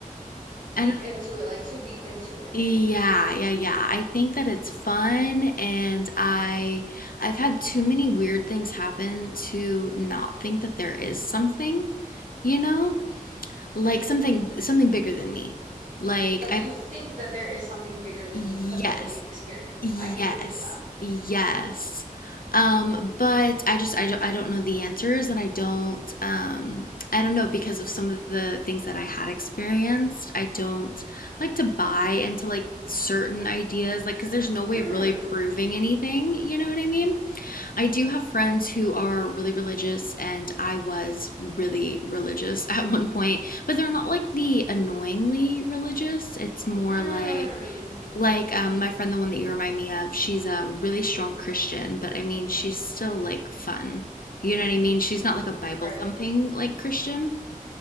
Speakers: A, on the right; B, on the left.
A: Deep
B: and
A: into it, like too deep into it.
B: Yeah, yeah, yeah. I think that it's fun and I I've had too many weird things happen to not think that there is something, you know? Like something something bigger than me. Like
A: Like
B: I've
A: you think that there is something bigger than
B: yes.
A: you because of what you've experienced.
B: Yes,
A: I can agree to that.
B: yes. Um, but I just I don't I don't know the answers and I don't um I don't know because of some of the things that I had experienced. I don't like to buy into like certain ideas like because there's no way
A: Mm,
B: of really proving anything, you know what I mean? I do have friends who are really religious and I was really religious <laughs> at one point, but they're not like the annoyingly religious. It's more
A: mm,
B: like like um, my friend, the one that you remind me of, she's a really strong Christian, but I mean, she's still like fun. You know what I mean? She's not like a Bible
A: right.
B: thumping like Christian